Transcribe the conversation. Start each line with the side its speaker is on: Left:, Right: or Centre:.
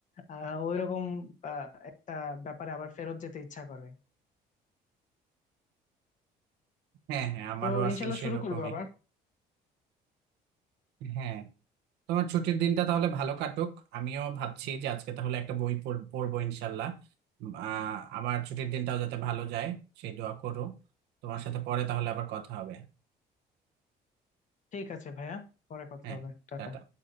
Left: আহ ওইরকম আহ, একটা ব্যাপারে আবার ফেরত যেতে ইচ্ছা করে
Right: হ্যাঁ হ্যাঁ আমারও
Left: তো ইনশাল্লাহ
Right: আসলে সেরকমই
Left: শুরু করবো আবার
Right: হ্যাঁ তোমার ছুটির দিনটা তাহলে ভালো কাটুক আমিও ভাবছি যে আজকে তাহলে একটা বই পড়- পড়বো ইনশাল্লাহ উম, আহ, আমার ছুটির দিনটাও যাতে ভালো যায় সেই দোয়া করো তোমার সাথে পরে তাহলে আবার কথা হবে
Left: ঠিক আছে ভাইয়া পরে কথা
Right: হ্যাঁ
Left: হবে টাটা
Right: টাটা।